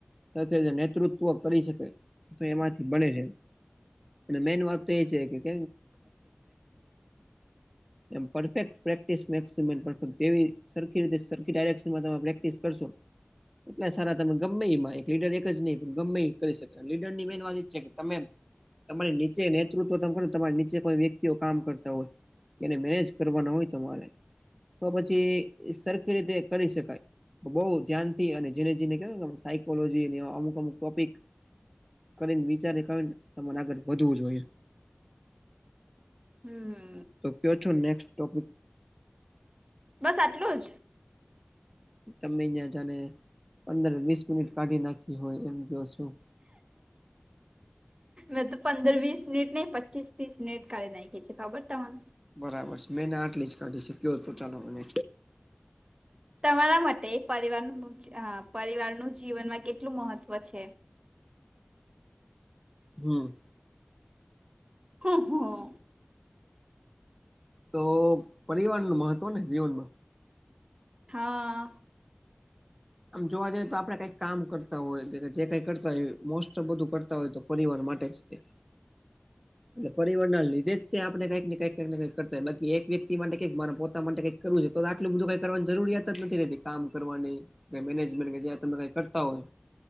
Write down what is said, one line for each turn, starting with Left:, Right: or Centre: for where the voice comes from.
Centre: સાથે નેતૃત્વ કરી શકે, તો એમાંથી બને છે. મેન વાત તો એ છે કેેક એ પરફેક્ટ પ્રેક્ટિસ જેવી સરખી રીતે સરી ડાયરેનમાં તમે પ્રેક્ટિસ કરશો એટલા સારા તમે ગમે એ લીડર એક જ નહીં પણ ગમે એ કરી શકે લીડર ની મેન વાત ઈ છે કે તમે તમારી નીચે નેતૃત્વ તમે કરને તમારી નીચે કોઈ વ્યક્તિઓ કામ કરતા હોય કેને મેનેજ કરવાના હોય તમારે તો પછી સરખી રીતે કરી શકાય બહુ ધ્યાનથી અને જેને જેને કેવાય સાયકોલોજી ને અમુક અમુ ટોપિક કરીને વિચારે કરીને તમારે આગળ વધવું જોઈએ
Right: હમ
Centre: તો કયો છો નેક્સ્ટ ટોપિક
Right: બસ આટલું જ
Centre: તમે અહં જાને પંદર વીસ મિનિટ કાઢી નાખી હોય એમ કો છું
Right: મેં તો પંદર વીસ મિનિટ નહ પચીસ ત્રીસ મિનિટ કાલી નાખી છે ખબર તમાને
Centre: બરાબર છે મેંને આટલી જ કાઢી છે કયો તો ચાલો મને
Right: તમારા માટે પરિવારનું પરિવારનું જીવનમાં કેટલું મહત્ત્વ છે
Centre: હમ
Right: હા હા
Centre: તો પરવારણ નું મહત્વ ને જીવનમાં
Right: હા
Centre: આમ જોવા જઈએ તો આપડે કઈક કામ કરતા હોય જે કઈ કરતા હોય મોસ્ટત બધું કરતા હોય તો પરિવાર માટે જ <inaudible> એ પરિવર નાને લીધે આપણે કઈકને કઈ કઈક કઈ કરય બાકી એક વ્યક્તિ માટે કઈકરાને પોતા માટે કઈક કરવું છે તો આટલું બધું કઈ કરવાની જરૂરિયાત જ નથી રતી કામ કરવાની મેનેજમેન્ટ કે તમે કઈ કરતા હોય